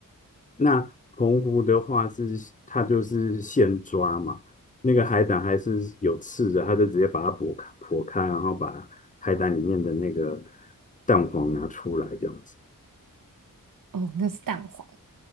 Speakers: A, on the left (about 25°); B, on the right (about 70°).
A: 那澎湖的话是它就是现抓嘛，那个海胆还是有刺的，它就直接把它剥开剥开，然后把海胆里面的那个蛋黄拿出来这样子。
B: 哦，那是蛋黄，